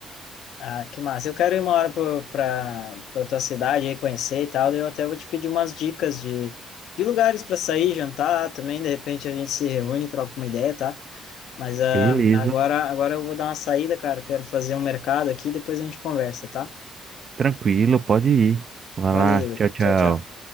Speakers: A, on the left; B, on the right.
A: Ah, que massa. Eu quero ir uma hora para para tua cidade aí conhecer e tal, daí eu até vou te pedir umas dicas de, de lugares para sair, jantar também, de repente a gente se reúne, troca uma ideia, tá? Mas ah,
B: Beleza,
A: agora agora eu vou dar uma saída, cara. Quero fazer um mercado aqui, depois a gente conversa, tá?
B: tranquilo, pode ir. Vai
A: Valeu.
B: lá, tchau, tchau.
A: Tchau, tchau.